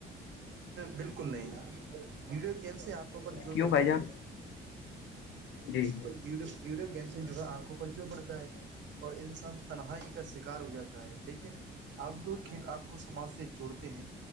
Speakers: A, on the right; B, on the left.
A: بالکل نہیں ویڈیو گیمس ہیں آپ پر جڑ
B: کیوں
A: پڑتا
B: بھائی جان
A: ہے
B: جی
A: ویڈیو ویڈی گیمس سے جو ہےپ کو کلچو پڑتا اور انسان کا شکار ہو جاتا ہے لیکن آؤٹ ڈور کھیل آپ کو سماج سے جوڑتے ہیں